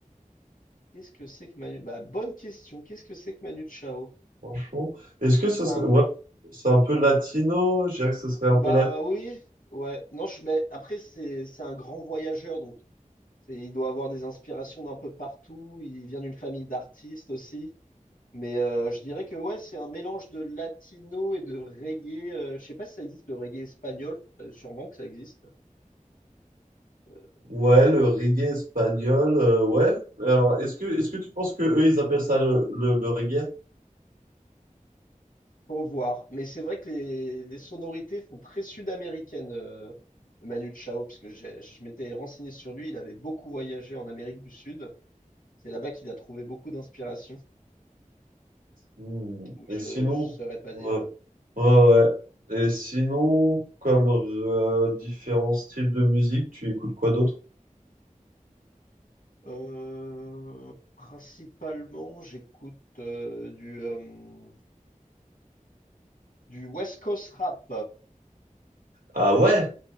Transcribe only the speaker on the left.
Qu'est-ce que c'est que Manu... Bah, bonne question, qu'est-ce que c'est que Manu Chao?
C'est
un-
Bah
oui, ouais. Non, je... mais après, c'est c'est un grand voyageur, donc c'est- il doit avoir des inspirations d'un peu partout, il vient d'une famille d'artistes aussi. Mais euh, je dirais que ouais, c'est un mélange de latino et de reggae. euh, je sais pas si ça existe, le reggae espagnol. euh, Sûrement que ça existe. Euh,
ouais,
faut voir. Mais c'est vrai que les, les sonorités font très sud-américaines, euh, Manu Chao, parce que j'ai- je m'étais renseigné sur lui. Il avait beaucoup voyagé en Amérique du Sud. C'est là-bas qu'il a trouvé beaucoup d'inspiration.
Donc
je,
je saurais pas
dire.
Euh, principalement, j'écoute euh, du, euh, du West Coast rap.